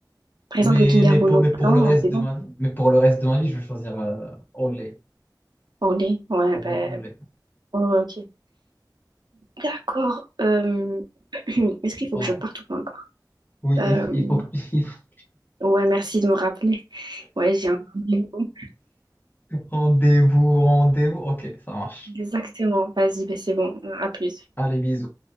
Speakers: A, on the right (about 75°); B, on the left (about 25°).
A: Par
B: Mais,
A: exemple, le Kinder
B: mais,
A: Bueno
B: pour, mais pour
A: blanc,
B: le reste
A: c'est bon.
B: de ma vie, mais pour le reste de ma vie, je vais choisir euh, au lait.
A: Au lait, ouais,
B: Au
A: ben,
B: lait, au lait.
A: ouais, ouais, ok. D'accord. Euh, <clears throat> Est-ce qu'il faut
B: Voilà.
A: que je parte ou pas encore?
B: Oui,
A: Euh,
B: il, f- <laughs> il faut que. <laughs>
A: Ouais, merci de me rappeler. Ouais, j'ai un rendez-vous.
B: Rendez-vous, rendez-vous. Ok, ça marche.
A: Exactement. Vas-y, ben c'est bon. À plus.
B: Allez, bisous.